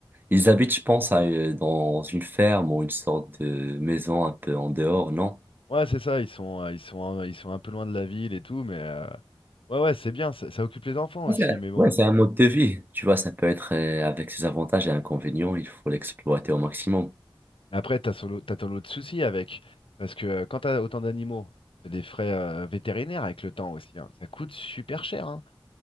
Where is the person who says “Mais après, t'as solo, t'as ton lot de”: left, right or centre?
Left